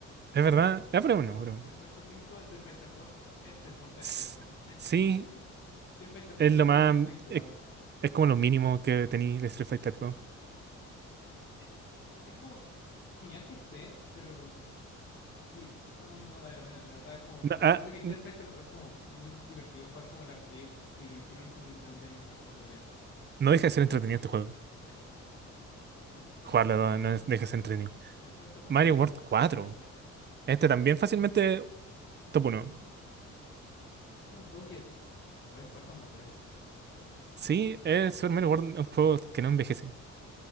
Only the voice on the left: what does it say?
A
ver,
en el puesto 5 Street Fighter dos este porte asqueroso.
<laughs>
Street Fighter dos
en
la Super
Nintendo es injugable.
Eh, Es como genial que esté, pero sí, no, no vale la pena. De verdad, como
a pesar
de que Street
Fighter dos es como muy divertido jugar como el arcade, si tiene una Super Nintendo tiene mejores juegos de pelea.
Sí, por supuesto. En el puesto
4
en el puesto 4
tenemos
Super
Mario World.
Este es un juego que Puedes jugar cuando quieras.